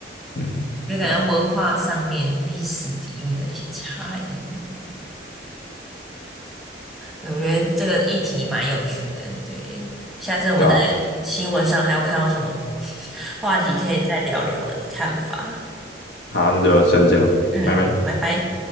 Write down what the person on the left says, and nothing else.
嗯，
对吧？
对啊。
好，那就下次见喽，
拜拜。